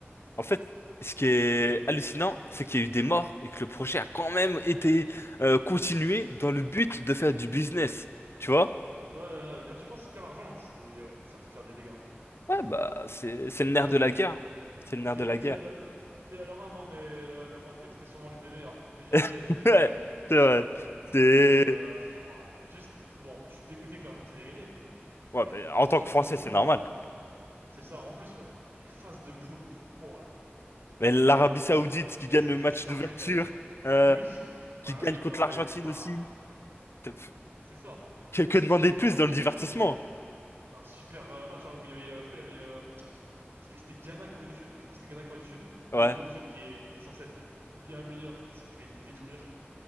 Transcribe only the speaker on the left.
En fait, ce qui est hallucinant, c'est qu'il y a eu des morts et que le projet a quand même été euh, continué dans le but de faire du business. Tu vois?
Ouais, bah, c'est c'est le
nerf de
la guerre. hein. C'est le nerf
de la
guerre.
<laughs>
Ouais,
c'est vrai. C'est...
Ouais,
bah,
en
tant que Français,
c'est normal.
Mais l'Arabie
Saoudite qui gagne
le match
d'ouverture,
euh,
qui gagne
contre
l'Argentine
aussi. T'as-
Que, que
demander
de plus
dans le
divertissement?
Ouais.